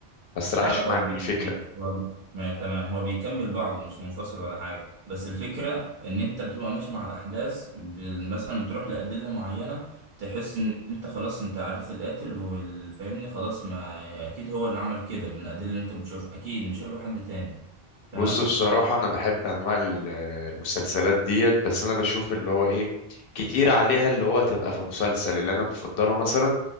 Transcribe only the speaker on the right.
لا لا هو
بي
بي هو بي ما تمام هو بيكمل بعضه مش منفصل ولا حاجة بس الفكرة ان انت بتبقى ماشي مع الاحداث بال- مثلا بتروح لأدلة معينة تحس ان انت خلاص انت عرفت القاتل والفاهمني خلاص ما اكيد هو اللي عمل كده من الأدلة اللي انت بتشوفها اكيد مش هيبقى حد تاني تمام